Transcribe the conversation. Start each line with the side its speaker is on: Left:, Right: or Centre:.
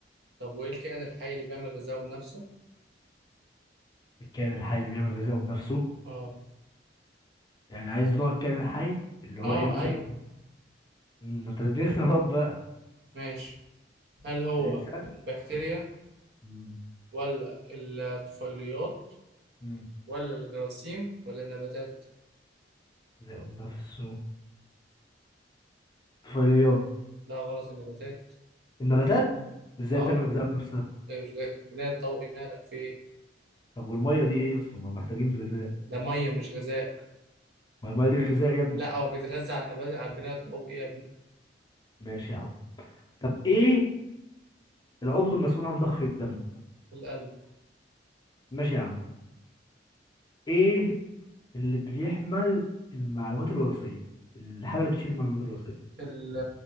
Right: طب وايه الكائن الحي اللي بيعمل غذائه بنفسه؟
Left: الكائن الحي اللي بيعمل غذائه بنفسه
Right: اه
Left: يعني عايز نوع الكائن الحي اللي
Right: اه
Left: هو ايه مثلا
Right: ايوه
Left: مم، ده انت تديني اختيارات بقى
Right: ماشي هل هو
Left: الانسان
Right: البكتيريا
Left: مم،
Right: ولا الطفيليات
Left: مم،
Right: ولا الجراثيم ولا النباتات؟
Left: غذائه بنفسه طفيليات
Right: لا غلط النباتات
Left: النباتات ازاي
Right: اه
Left: بتعمل غذاء بنفسها
Right: لا مش غاز البناء الضوئي مالك في ايه
Left: طب والميه دي ايه يا اسطى ما محتاجين غذاء
Right: ده ميه مش غذاء
Left: ما الميه دي غذاء يا ابني
Right: لا هو بيتغذى على النبات على البناء الضوئي يا ابني
Left: ماشي يا عم طب ايه العضو المسؤول عن ضخ الدم
Right: القلب
Left: ماشي يا عم ايه اللي بيحمل المعلومات الوراثية الحاجة اللي بتشيل المعلومات الوراثية
Right: ال-